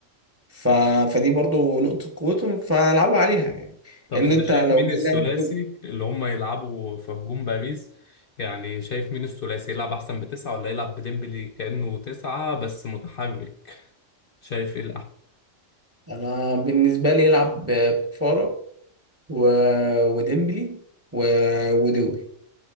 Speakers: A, on the right; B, on the left.
A: ف... فدي برضو نقطه قوتهم فهيلعبوا عليها يعني
B: طب
A: لان
B: انت
A: انت
B: شايف
A: لو
B: مين
A: جاي
B: الثلاثي
A: لاعب
B: اللي هم يلعبوا في هجوم باريس يعني شايف مين الثلاثي يلعب احسن بتسعة ولا يلعب بديمبلي كأنه تسعة بس متحرك شايف ايه
A: انا بالنسبه لي يلعب ب- بكفاره و... وديمبلي و... ودوي